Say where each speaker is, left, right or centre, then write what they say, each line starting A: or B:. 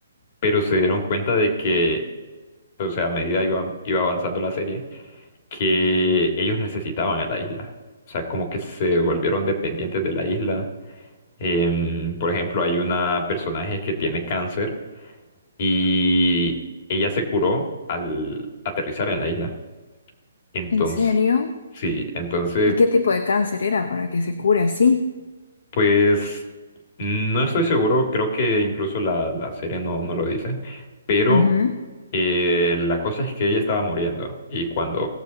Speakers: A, on the left; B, on the left.
A: pero se dieron cuenta de que o sea, a medida iba, iba avanzando la serie, que ellos necesitaban a la isla. O sea, como que se volvieron dependientes de la isla. Em, por ejemplo, hay una personaje que tiene cáncer y ella se curó al aterrizar en la isla. Entonces,
B: ¿En serio?
A: sí, entonces
B: ¿Y qué tipo de cáncer era para que se cure así?
A: Pues no estoy seguro, creo que incluso la, la serie no, no lo dice, pero
B: Ujú.
A: eh, la cosa es que ella estaba muriendo y cuando